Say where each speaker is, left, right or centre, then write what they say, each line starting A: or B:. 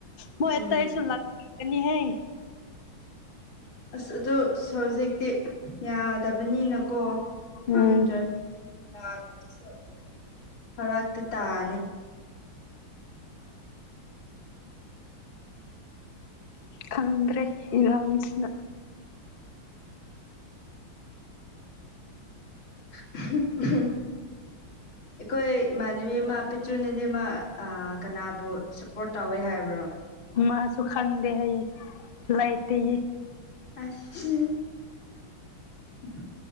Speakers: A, on the left; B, on the left.
A: ꯃꯨ ꯑꯦꯠꯇ
B: ꯎꯝ
A: ꯍ ꯁ ꯂ ꯑꯅꯤꯍꯦ
B: ꯑꯁ ꯑꯗꯨꯣ ꯁꯖꯤꯛꯇ ꯌꯥꯗꯕꯅꯤꯅꯀꯣ ꯈꯪꯗ꯭ꯔꯦ
A: ꯎꯝ
B: ꯂꯥꯛꯄꯗꯨꯁꯨ ꯍꯔꯥꯛꯇꯤ ꯇꯥꯅꯤ <unintelligible>
A: ꯈꯪꯗ꯭ꯔꯦ ꯏꯔꯥꯡꯁꯤꯅ
B: <unintelligible> ꯐ ꯑꯩꯈꯣꯏ ꯏꯃꯥꯟꯅꯕꯤ ꯑꯃ ꯄꯤꯆꯨꯅꯗꯤꯃ ꯀꯅꯥꯕꯨ ꯁꯞꯄꯣꯔꯠ ꯇꯧꯋꯦ ꯍꯥꯏꯕ꯭ꯔꯣ
A: ꯃꯥꯁꯨ ꯈꯪꯗꯦ ꯍꯥꯏꯌꯦ ꯂꯩꯥꯏꯇꯦꯒꯤ
B: ꯑꯁ ꯎ